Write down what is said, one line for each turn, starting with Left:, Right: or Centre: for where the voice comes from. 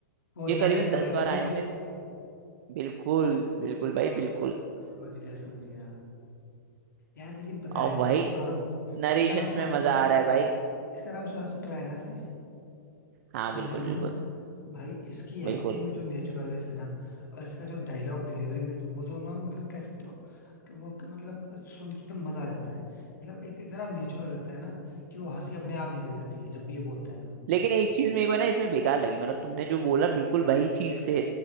Left: वो
Right: ये
Left: नरेट
Right: करीबन
Left: कर
Right: दस
Left: रहे हैं क्या
Right: बार आए
Left: बीच
Right: होंगे
Left: बीच में के
Right: बिल्कुल बिल्कुल
Left: हाँ
Right: भाई बिल्कुल
Left: समझ गया समझ गया यार लेकिन पता
Right: और
Left: है
Right: भाई
Left: ये सौरभ
Right: नरेशंस
Left: इसका नाम सौरभ
Right: में मजा आ रहा है भाई
Left: इसका नाम सौरभ शुक्ला है ना से
Right: हाँ
Left: ओरिजिनल
Right: बिल्कुल बिल्कुल
Left: नाम भाई इसकी
Right: बिल्कुल
Left: एक्टिंग में जो नेचुरलनेस है ना और इसका जो डायलॉग डिलीवरी में जो वो जो ना मतलब कह सकते हो कि वो कि मतलब सुन के एकदम मजा आ जाता है मतलब इत, इतना नेचुरल लगता है ना कि वो हंसी अपने आप निकल जाती है जब भी ये बोलता है तो
Right: लेकिन एक चीज मेरे को है ना इसमें बेकार लगी मतलब तुमने जो बोला बिल्कुल वही चीज से